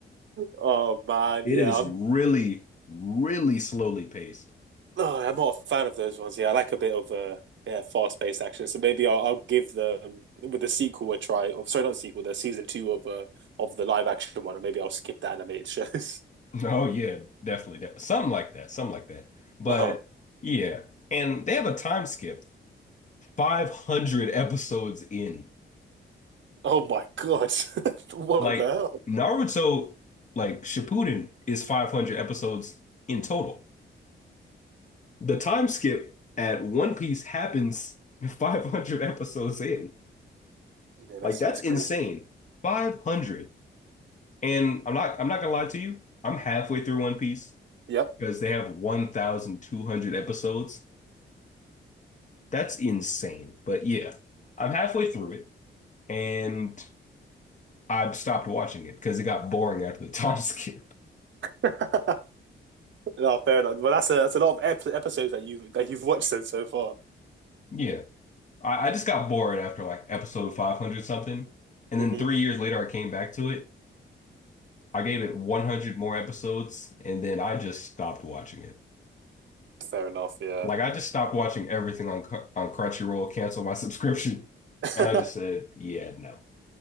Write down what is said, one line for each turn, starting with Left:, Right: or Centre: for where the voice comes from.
Right: Oh man.
Left: It
Right: Yeah.
Left: is really, really slowly paced.
Right: No, I'm not a fan of those ones. Yeah, I like a bit of uh, yeah, fast-paced action. So maybe I'll, I'll give the um, with the sequel a try. Or sorry, not sequel, the season two of uh, of the live action one, and maybe I'll skip the animated shows. <laughs>
Left: <laughs> Oh yeah, definitely. De something like that. Something like that. But
Right: Uh-huh.
Left: yeah. And they have a time skip, 500 episodes in.
Right: Oh my God, <laughs> what
Left: Like
Right: the hell?
Left: Naruto, like Shippuden is 500 episodes in total. The time skip at One Piece happens <laughs> 500 episodes in.
Right: Yeah, that's
Left: Like that's
Right: that's
Left: insane.
Right: crazy.
Left: 500. And I'm not I'm not gonna lie to you. I'm halfway through One Piece
Right: Yep.
Left: because they have 1,200 episodes. That's insane. But yeah, I'm halfway through it and I've stopped watching it because it got boring after the <laughs> time skip.
Right: <laughs> No, fair enough. Well, that's a that's a lot of ep episodes that you that you've watched so so far.
Left: Yeah. I, I just got bored after like episode 500 something. And
Right: hmm
Left: then three years later, I came back to it. I gave it 100 more episodes, and then I just stopped watching it.
Right: Fair enough. Yeah.
Left: Like, I just stopped watching everything on, Cr- on Crunchyroll, canceled my <laughs> subscription,
Right: <laughs>
Left: and I just said, yeah, no,